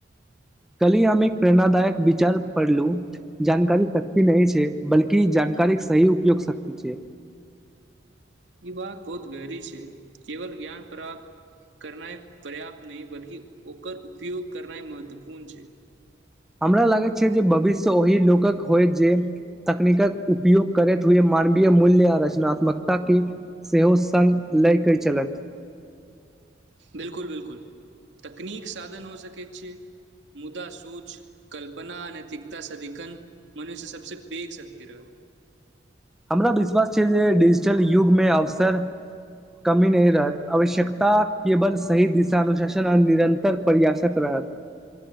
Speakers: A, in the centre; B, on the right.
A: <inaudible> कल्हि हम एक प्रेरणादायक विचार पढ़लू जानकारी शक्ति नहि छै बल्कि जानकार जानकारी सही उपयोग शक्ति छै
B: ई बात बहुत गहरी छै केवल ज्ञान प्राप्त करनाइ पर्याप्त नहि बल्कि ओकर उपयोग करनाइ महत्वपूर्ण छै
A: हमरा लागैत छै जे भविष्य ओहि लोकक होय जे तकनीकक उपयोग करैत हुए मानवीय मूल्य आ रचनात्मकता के सेहो संग लय के चलत <inaudible>
B: बिलकुल बिलकुल तकनीक साधन हो सकैत छै मुदा सोच कल्पना नैतिकता सदिखन मनुष्य सबसे पेघ शक्ति रहत
A: हमरा विश्वास छै जे डिजिटल युगमे अवसर कमी नहि रहत आवश्यकता केवल सही दिशानुशासन आ निरन्तर प्रयासक रहत <inaudible>